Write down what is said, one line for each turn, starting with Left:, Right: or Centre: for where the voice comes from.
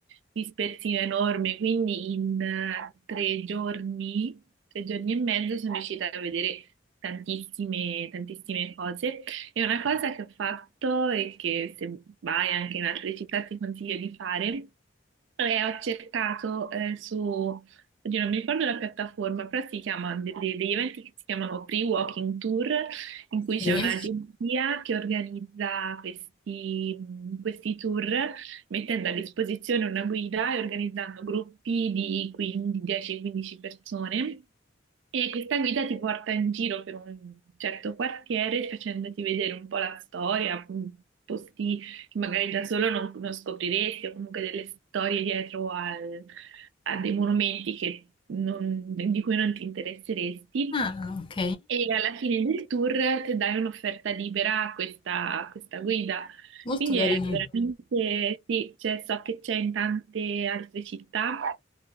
Right: dispersiva enorme, quindi in eh, tre giorni, tre giorni e mezzo sono riuscita a vedere tantissime, tantissime cose E una cosa che ho fatto e che se vai anche in altre città ti consiglio di fare, è ho cercato eh, su, oddio, non mi ricordo la piattaforma, però si chiama delle- degli eventi che si chiamano Free Walking Tour, in cui
Left: Sì.
Right: c'è un'agenzia che organizza questi, questi tour mettendo a disposizione una guida e organizzando gruppi di 15 10-15 persone. E questa guida ti porta in giro per un certo quartiere facendoti vedere un po' la storia, un- posti che magari da solo non, non scopriresti, o comunque delle storie dietro al- a dei monumenti che non- di cui non ti interesseresti.
Left: Ah, ok,
Right: E alla fine del tour ti dai un'offerta libera a questa, a questa guida.
Left: molto
Right: Quindi
Left: carino.
Right: è veramente, sì, cioè, so che c'è in tante altre città,